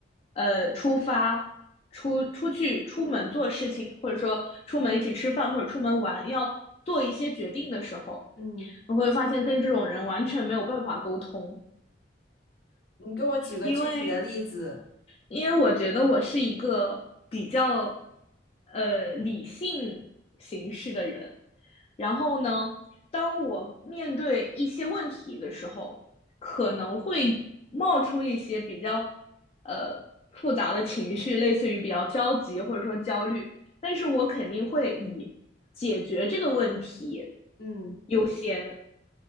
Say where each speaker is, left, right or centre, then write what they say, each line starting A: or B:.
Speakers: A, on the left (about 30°); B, on the left (about 55°).
A: 呃出发、出出去、出门做事情，或者说出门一起吃饭或者出门玩，要做一些决定的时候，
B: 嗯
A: 你会发现跟这种人完全没有办法沟通，
B: 你给我举个具体的例子。
A: 因为因为我觉得我是一个比较呃理性形式的人，然后呢，当我面对一些问题的时候，可能会冒出一些比较呃复杂的情绪，类似于比较焦急或者说焦虑，但是我肯定会以解决这个问题
B: 嗯，
A: 优先。